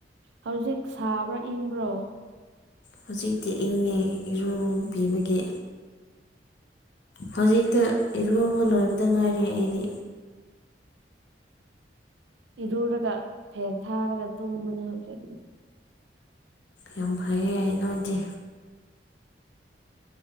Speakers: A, on the right; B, on the left.
A: ꯍꯧꯖꯤꯛ ꯁꯥꯕ꯭ꯔꯥ ꯏꯪꯕ꯭ꯔꯣ
B: ꯍꯧꯖꯤꯛꯇꯤ ꯏꯪꯉꯦ ꯏꯔꯨꯕꯤꯕꯒꯤ ꯍꯧꯖꯤꯛꯇ ꯏꯔꯨꯕ ꯂꯣꯏꯕꯗ ꯉꯥꯏꯔꯤ ꯑꯩꯗꯤ
A: ꯏꯔꯨꯔꯒ ꯐꯦꯟ ꯊꯥꯔꯒ ꯇꯨꯝꯕꯅꯦ ꯍꯧꯖꯤꯛ
B: ꯌꯥꯝ ꯐꯩꯌꯦ ꯅꯣꯏꯗꯤ